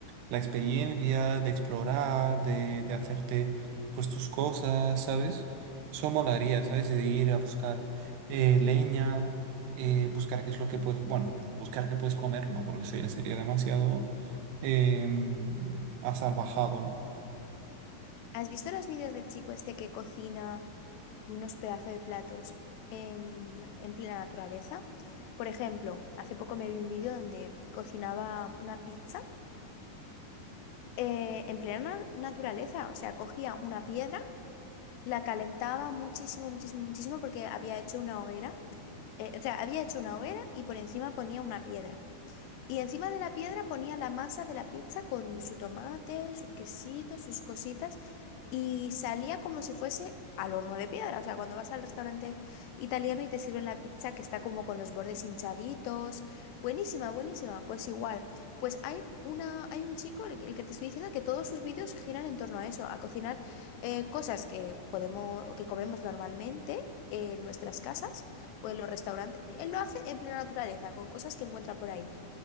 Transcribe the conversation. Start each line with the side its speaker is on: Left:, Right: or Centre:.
Right: la experiencia, de explorar, de, de hacerte pues tus cosas, ¿sabes? Eso molaría, ¿sabes? Y de ir a buscar eh, leña, eh,
Left: Mm.
Right: buscar qué es lo que puedes, bueno, buscar qué puedes comer, ¿no? Porque eso ya sería demasiado eh, asalvajado, ¿no?
Left: ¿Has visto los vídeos del chico este que cocina unos pedazos de platos en, en plena naturaleza? Por ejemplo, hace poco me vi un vídeo donde cocinaba una pizza eh, en plena na- naturaleza. O sea, cogía una piedra, la calentaba muchísimo, muchísimo, muchísimo porque había hecho una hoguera. Eh, o sea, había hecho una hoguera y por encima ponía una piedra. Y encima de la piedra ponía la masa de la pizza con su tomate, su quesito, sus cositas, y salía como si fuese al horno de piedra. O sea, cuando vas al restaurante italiano y te sirven la pizza que está como con los bordes hinchaditos. Buenísima, buenísima. Pues igual. Pues hay una, hay un chico, el, que el que te estoy diciendo, que todos sus vídeos giran en torno a eso, a cocinar eh, cosas que podemos, que comemos normalmente. en nuestras casas o en los restaurantes. Él lo hace en plena naturaleza, con cosas que encuentra por ahí.